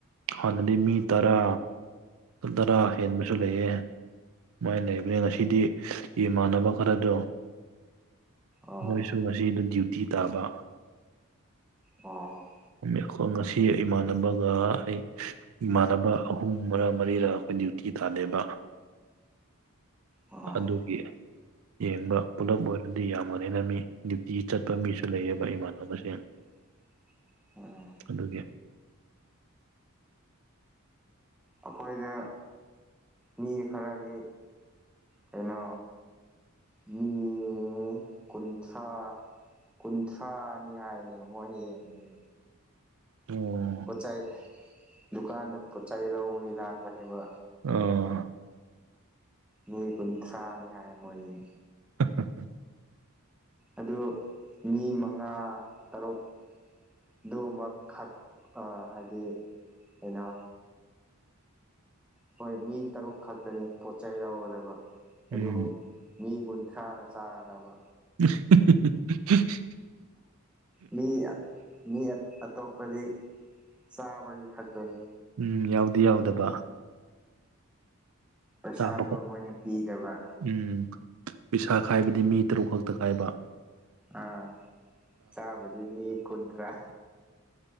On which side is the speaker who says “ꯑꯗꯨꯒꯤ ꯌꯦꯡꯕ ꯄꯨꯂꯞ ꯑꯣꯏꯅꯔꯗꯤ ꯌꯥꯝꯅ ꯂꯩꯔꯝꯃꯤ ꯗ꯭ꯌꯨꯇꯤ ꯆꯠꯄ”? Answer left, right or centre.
Right